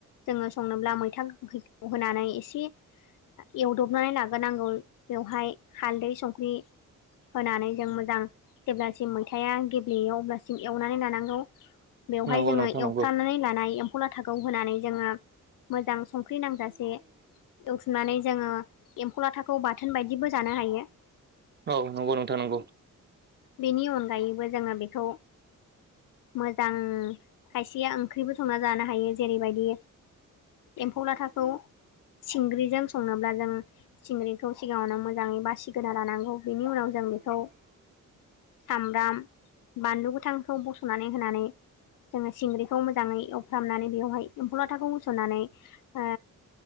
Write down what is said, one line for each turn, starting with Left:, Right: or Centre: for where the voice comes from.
Left: जोंङो संनोब्ला मैथा गोखै होनानै एसे एवदबनानै लाग्रोनांगौ बेवहाय हालदै संख्रि होनानै जों मोजां जेब्लासिम मैथाया गेब्लेयो अब्लासिम एवनानै लानांगौ बेवहाय
Right: नंगौ
Left: जोङो
Right: नोंथां
Left: एवफ्रनानै
Right: नंगौ
Left: लानाय एम्फौ लाथाखौ होनानै जोङो। मोजां संख्रि नांजासे एवथुमनानै जोङो एम्फौ लाथाखौ बाथोन बायदिबो जानो हायो।
Right: औ नंगौ नोंथां नांगौ
Left: बेनि अनगायैबो जोंङो बेखौ मोजां खायसेया ओंख्रिबो संना जानो हायो जेरैबायदि एम्फौ लाथाखौ सिंग्रिजों संनोब्ला जों सिंग्रिखौ सिगाङावनो मोजांङै बासिग्रोना लानांगौ बेनि उनाव जों बेखौ सामब्राम बानलु गोथांखौ बस नानै होनानै जोंङो सिंग्रिखौ मोजाङै एव फ्रामनानै बेवहाय एम्फौ लाथाखौ होसननानै ओ